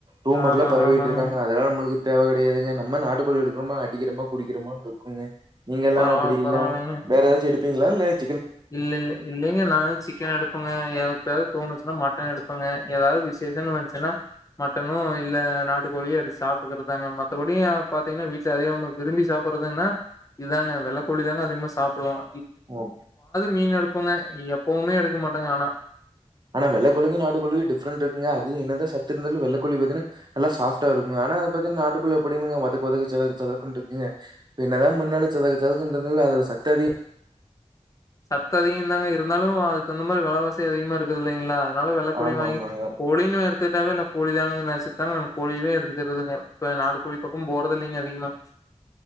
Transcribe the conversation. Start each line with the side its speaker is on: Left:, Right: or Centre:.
Right: ரூமர்லெலாம்
Left: ஆமாங்க,
Right: பரவிட்டு
Left: ஆமாங்க.
Right: இருக்காங்க அதெல்லாம் மனசுக்கு தேவை கிடையாதுங்க நம்ம நாட்டு கோழி எடுக்கிறோமோ அடிக்கிறோமோ குடிக்கிறோமோனு இருக்குங்க நீங்க எல்லாம்
Left: பரவால்ல,
Right: அப்படி இல்லாம்
Left: பரவால்லைங்க.
Right: வேற ஏதாச்சும் எடுத்து பப்பிங்களா <unintelligible>
Left: இல்ல இல்ல இல்லைங்க நான் சிக்கன் எடுப்பேங்க எப்பாயாச்சும் தோணுச்சுன்னா மட்டன் எடுப்பேங்க ஏதாவது வந்துச்சுன்னா மட்டனோ இல்ல நாட்டு கோழியோ எடுத்து சாப்பிட்டுக்கறதாங்க மத்தபடி பாத்தீங்கன்னா வீட்டுல அதே விரும்பி சாப்படுறதுன்னா இதுதாங்க வெள்ளக்கோழி தாங்க அதிகமா சாப்பிடுவோம்
Right: ஓ
Left: மீன் எடுப்போங்க எப்பவுமே எடுக்க மாட்டோங்க ஆனா
Right: ஆனா வெள்ளைக்கோழிக்கும் நாட்டுக்கோழிக்கும் டிஃப்ரெண்ட் இருக்குங்க அதுல என்னதான் சத்து இருந்தாலும் வெள்ளக்கோழி பாத்தோம்ன்னா நல்லா சாஃப்டா இருக்கும் ஆனா அது நாட்டுக்கோழி அப்படியில்லைங்க வதக்க வதக்க சதக்கு சதக்கு இருக்குங்க என்னதான் பன்னாலும் சதக்கு சதக்கு இருந்தாலும் அதுல சத்து அதிகம்
Left: சத்து அதிகம் தாங்க இருந்தாலும் அந்த மாதிரி வெல வாசி அதிகமா இருக எடுக்கறது இல்லைங்களா அத வெள்ளக்கோழி
Right: ஆமா
Left: வாங்கி
Right: ஆமாங்க
Left: கோழின்னு எடுத்துகிட்டாவே கோழிதாங்க நினச்சு தாங்க நாங்க கோழியவே எடுத்துக்குறதுங்க இப்ப நாட்டு கோழி பக்கம் போறதே இல்லைங்க அதிகமா